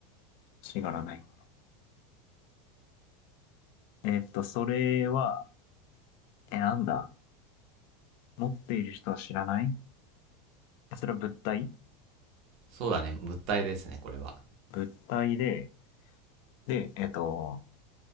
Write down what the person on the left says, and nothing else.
知らない。えっと、それは、え、なんだ持っている人は知らないそれは物体
物体で、で、えっと、